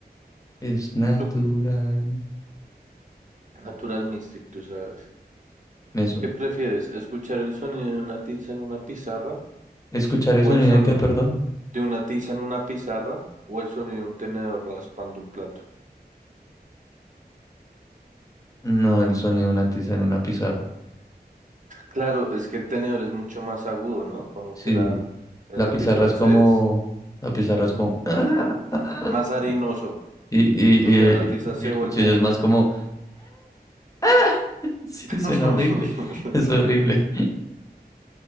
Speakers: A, on the left (about 20°); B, on the right (about 50°).
A: Es natural.
B: Tú, natural mystic, tú sabes.
A: Eso.
B: ¿Qué prefieres? ¿Escuchar el sonido de una tiza en una pizarra
A: ¿Escuchar el
B: o
A: sonido
B: el sonido
A: de qué, perdón?
B: de una tiza en una pizarra o el sonido de un tenedor raspando un plato?
A: No, el sonido de una tiza en una pizarra.
B: Claro, es que el tenedor es mucho más agudo, ¿no? Como
A: Sí,
B: que la, la
A: la pizarra
B: tiza
A: es como...
B: se es
A: La pizarra es como... "Ah, ah",
B: más harinoso,
A: Y, y,
B: o
A: y-
B: sea, la
A: y-
B: tiza se
A: y el
B: vuelve
A: cuchillo
B: harina.
A: es más como... "Ah". <laughs> Sí,
B: <laughs>
A: suena horrible. <laughs> Es horrible.